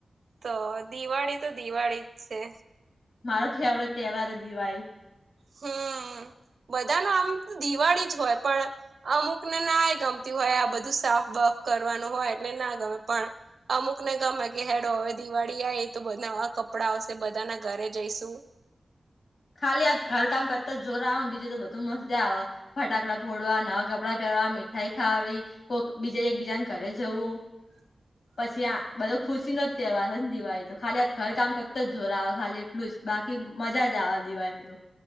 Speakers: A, on the right; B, on the left.
A: તો દિવાળી તો દિવાળી જ છે.
B: મારો ફેવરેટ તહેવાર દિવાળી.
A: હમ બધાનો આમ તો દિવાળી જ હોય પણ. અમુકને નાય ગમતી હોય આ બધું સાફ બફ કરવાનું હોય એટલે ના ગમે પણ. અમુક ને ગમે કે હેડ હવે દિવાળી આવી તો બધાવા કપડાં આવશે બધાના ઘરે જઈશું.
B: ખાલી આ ઘર કામ કરતા જોરા આવે ને બીજું તો બધું મજા આવે. ફટાકડા ફોડવા નવા કપડાં પહેરવા મીઠાઈ ખાવી. કોક બીજા એકબીજાને ઘરે જવું
A: <inaudible>
B: પછી આ બધો ખુશીનો જ તહેવાર છે ને દિવાળી તો ખાલી આ ઘર કામ કરતા જ જોર આવે ખાલી એટલું જ બાકી મજા જ આવા દિવાળી એમ તો